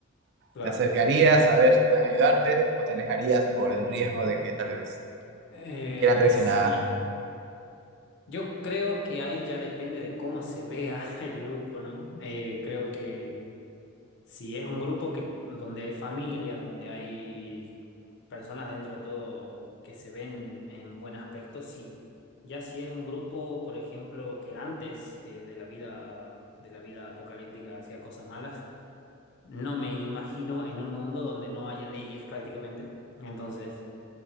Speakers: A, on the left (about 60°); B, on the right (about 55°).
A: claro.
B: ¿Te acercarías a ver si pueden ayudarte o te alejarías por el riesgo de que tal vez
A: Eh,
B: te quieran traicionar?
A: sí, yo creo que ahí ya depende de cómo se vea <laughs> el grupo, ¿no? Eh, creo que si es un grupo que donde hay familias, donde hay personas dentro de todo que se ven en buen aspecto, sí. Ya si es un grupo, por ejemplo, que antes eh, de la vida, de la vida apocalíptica hacía cosas malas, no me imagino en un mundo donde no haya leyes prácticamente. Entonces,